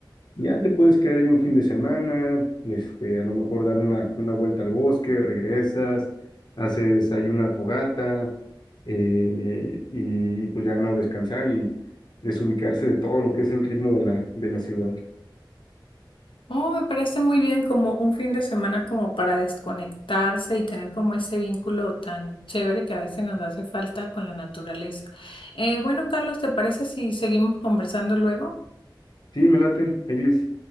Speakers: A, on the left; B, on the left.
A: Ya te puedes quedar ahí un fin de semana, este, a lo mejor dar una, una vuelta al bosque, regresas, haces ahí una fogata, eh, y, y pues ya no descansar y desubicarse de todo lo que es el ritmo de la, de la ciudad.
B: Oh, me parece muy bien como un fin de semana como para desconectarse y tener como ese vínculo tan chévere que a veces nos hace falta con la naturaleza. Eh, bueno, Carlos, ¿te parece si seguimos conversando luego?
A: Sí, me late, Eglis.